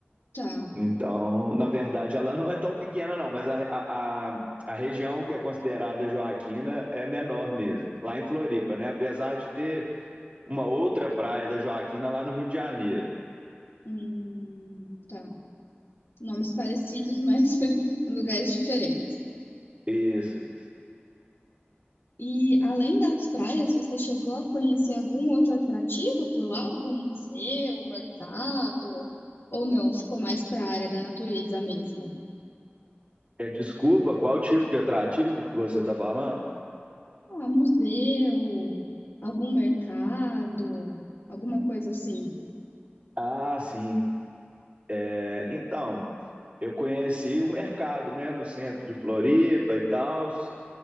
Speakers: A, on the left; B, on the right.
A: Tá,
B: Então, na verdade, ela não é tão pequena, não, mas a, a, a região que é considerada Joaquina é menor mesmo, lá em Floripa, né? Apesar de ter uma outra praia da Joaquina lá no Rio de Janeiro.
A: hum, tá. Nomes parecidos, mas <laughs> lugares diferentes.
B: Isso. isso.
A: E além das praias, você chegou a conhecer algum outro atrativo por lá? Algum museu, mercado? Ou não? Ficou mais para a área da natureza mesmo?
B: É, desculpa, qual tipo de atrativo que você está falando?
A: Ah, museu, algum mercado, alguma coisa assim.
B: Ah, sim. É, então, eu conheci o mercado, né, no centro de Floripa e tal,